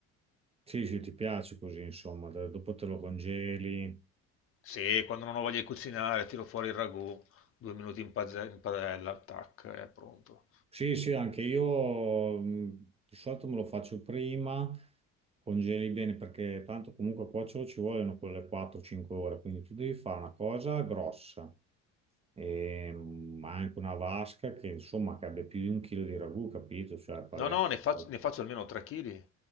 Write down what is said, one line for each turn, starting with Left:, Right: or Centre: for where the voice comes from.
Right: sì, sì, ti piace così, insomma, dopo te lo congeli.
Left: Sì, quando non ho voglia di cucinare, tiro fuori il ragù, due minuti in, pazze- in padella, tac, è pronto.
Right: Sì, sì, anche io mh, di solito me lo faccio prima, congeli bene perché tanto comunque a cuocerlo ci vogliono quelle 4-5 ore, quindi tu devi fare una cosa grossa, e, mh, anche una vasca che insomma che abbia più di un chilo di ragù, capito? Cioè parliamo
Left: No, no, ne faccio,
Right: di
Left: ne faccio almeno 3 kg,